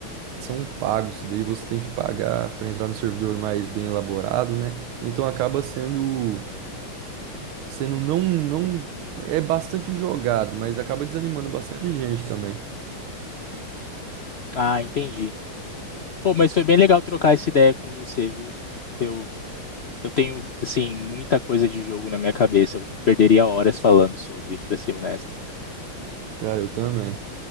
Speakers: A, on the right; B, on the left.
A: são pagos, daí você tem que pagar para entrar no servidor mais bem elaborado, né? Então acaba sendo, sendo não, não é bastante jogado, mas acaba desanimando bastante gente também.
B: Ah, entendi. Pô, mas foi bem legal trocar essa ideia com você, viu? Eu, eu tenho, assim, muita coisa de jogo na minha cabeça. Eu perderia horas falando sobre, pra ser honesto.
A: Cara, eu também.